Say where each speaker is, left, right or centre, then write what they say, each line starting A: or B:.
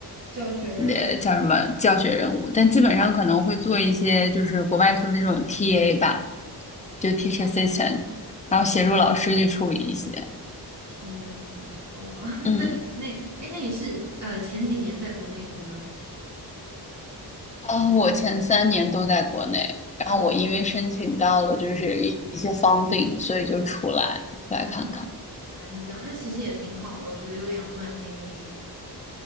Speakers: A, on the right; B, on the left.
A: 教学任务，
B: 呃，叫什么教学任务，但基本上可能会做一些就是国外说的这种 TA 吧，就 teacher assistant，
A: 哦
B: 然后协助老师去处理一些。
A: 天呐，好吧，<laughs> 那在国内，
B: 嗯，
A: 哎，那你是呃前几年在国内读呢？
B: 啊、我前三年都在国内，然后我因为申请到了就是一一些
A: 啊
B: funding，所以就出来出来看看。
A: 啊，哦原来是这样，那其实也挺好的，我觉得有两段经历，